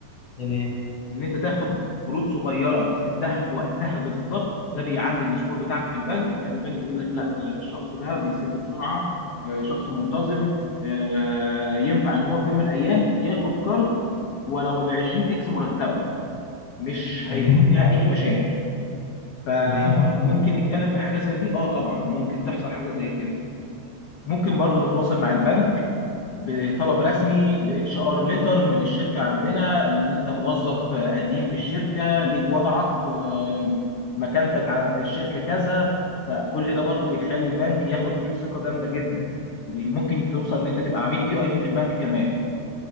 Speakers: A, on the left; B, on the left.
A: تمام
B: ان انت تاخد قروض صغيره تسدها في وقتها بالظبط ده بيعلي السكور بتاعك في البنك يعني البنك يقول لك لا ده الشخص ده بيسد بسرعه آه، شخص منتظم آه، ينفع ان هو في يوم من الايام ياخد كارد ولو ب 20 اكس مرتبه مش هيكون
A: تمام
B: فيها اي مشاكل فممكن
A: تمام
B: نتكلم في حاجه زي دي اه طبعا ممكن تحصل حاجه زي كده ممكن برضو نتواصل مع البنك بطلب رسمي باتش ار ليتر من الشركه عندنا ان انت موظف قديم في الشركه ليك وضعك آه، مكانتك ع- في الشركه كذا فكل ده برضو بيخلي البنك ياخد فيك ثقه جامده جدا وبي- ممكن توصل ان انت تبقى عميل في اي بي في البنك كمان